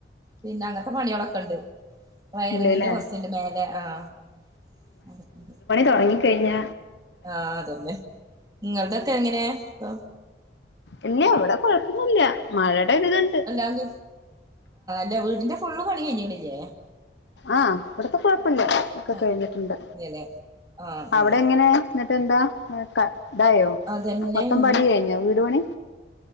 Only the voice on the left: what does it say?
ഇണ്ട്ല്ലേ
തൊടങ്ങിക്കയ്ഞ്ഞ
ഇല്ല്യാ ഇവിടെ കൊഴപ്പൊന്നുല്ല്യ മഴേടെ ഒരുത്ണ്ട്.
ആ ഇവ്ട്ത്തെ കൊയപ്പല്ല ഒക്കെ
കഴിഞ്ഞിട്ട്ണ്ട്
അവടെങ്ങനെ
എന്നിട്ട് എന്താ മ് ക ഇതായോ
മൊത്തം
പണി കഴിഞ്ഞോ വീട് പണി